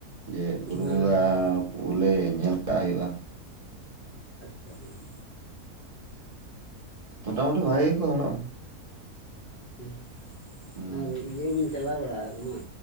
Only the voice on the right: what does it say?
ᱡᱮ
ᱵᱩᱨᱩ ᱵᱚᱸᱜᱟ
ᱵᱚᱞᱮ ᱧᱮᱞ ᱠᱟᱜ ᱦᱩᱭᱩᱜᱼᱟ᱾
ᱢᱚᱴᱟᱢᱩᱴᱤ ᱵᱷᱟᱜᱤ ᱜᱮᱠᱚ ᱦᱚᱲᱚᱜ-ᱟ᱾
ᱦᱩᱸ